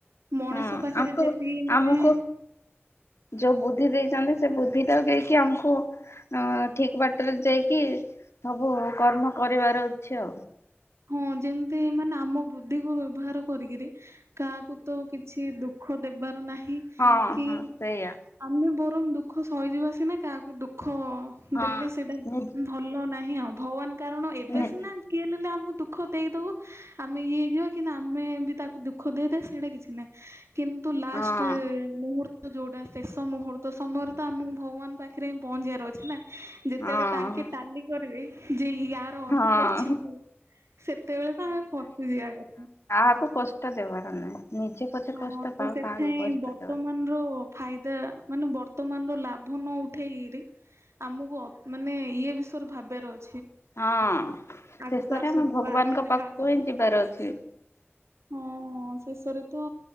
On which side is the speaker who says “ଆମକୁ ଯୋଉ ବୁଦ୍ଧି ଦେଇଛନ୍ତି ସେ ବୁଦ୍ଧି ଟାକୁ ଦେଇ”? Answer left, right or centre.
Left